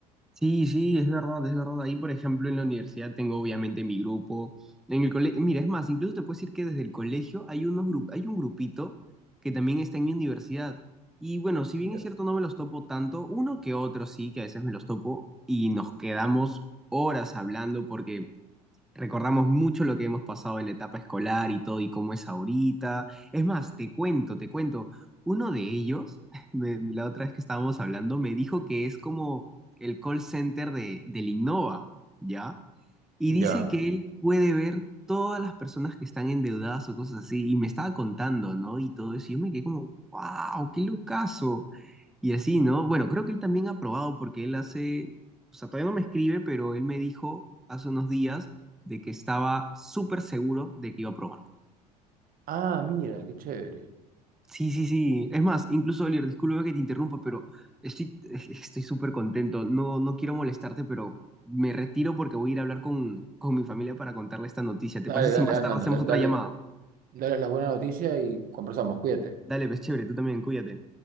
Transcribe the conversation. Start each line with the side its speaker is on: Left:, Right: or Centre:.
Centre: Sí, sí, es verdad, es verdad. Ahí, por ejemplo, en la universidad tengo obviamente mi grupo. En el colegio, mira, es más, incluso te puedo decir que desde el colegio hay unos gru- hay un grupito que también está en mi universidad. Y bueno, si bien
Right: Ya.
Centre: es cierto, no me los topo tanto, uno que otro sí, que a veces me los topo y nos quedamos horas hablando porque Recordamos mucho lo que hemos pasado en la etapa escolar y todo y cómo es ahorita. Es más, te cuento, te cuento. Uno de ellos, <laughs> me- la otra vez que estábamos hablando, me dijo que es como el call center de, del Innova, ¿ya? Y
Right: Ya.
Centre: dice que él puede ver todas las personas que están endeudadas o cosas así. Y me estaba contando, ¿no? Y todo eso. Y yo me quedé como, wow, qué locazo. Y así, ¿no? Bueno, creo que él también ha probado porque él hace, o sea, todavía no me escribe, pero él me dijo hace unos días de que estaba súper seguro de que iba a probar.
Right: Ah, mira, qué chévere.
Centre: Sí, sí, sí. Es más, incluso, Oliver, disculpa que te interrumpa, pero estoy <laughs> estoy súper contento. No, no quiero molestarte, pero me retiro porque voy a ir a hablar con, con mi familia para contarle esta noticia. ¿Te
Right: Dale,
Centre: parece si
Right: dale,
Centre: más
Right: anda,
Centre: tarde
Right: anda,
Centre: hacemos otra
Right: dale,
Centre: llamada?
Right: dale las buenas noticias y conversamos, cuídate.
Centre: Dale, pues chévere, tú también, cuídate.